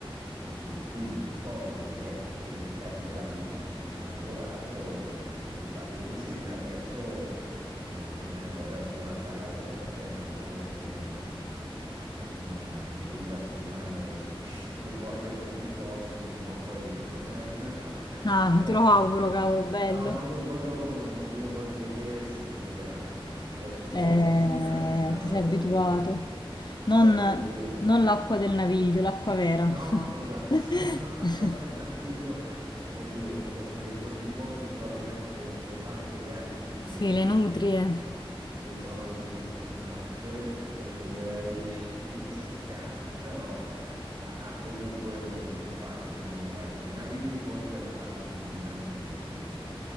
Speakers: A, on the right; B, on the left.
A: eh, eh, qui, poi, ripeto, vedi, i casi della vita, mi ci sono trovato e, e- e va benissimo e adesso non, non me ne vorrei più andare, sto facendo la corte a un- una, una villa sul mare <laughs> che voglio a tutti i costi, prima o poi riesco a prenderla.
B: Ah,
A: Eh,
B: te lo auguro,
A: ehm,
B: cavolo, bello.
A: no, voglio, voglio- io voglio vedere e sentire l'acqua. Adesso ce
B: Eh,
A: l'ho vicina, ma la
B: ti
A: voglio,
B: sei abituato. Non,
A: la voglio vedere.
B: non l'acqua
A: sentire.
B: del naviglio, l'acqua vera.
A: No,
B: <laughs>
A: esatto, <laughs> l'acqua del Naviglio Oddio, quello che sotto i ponti trovi anche le pantegane, così le
B: Sì,
A: chiamano.
B: le nutrie.
A: E sono, de- no, quelle preferirei <laughs> dimenticarle, però ha, ha comunque un un fascino. Ecco, i Navigli forse è la parte di Milano che, che ho,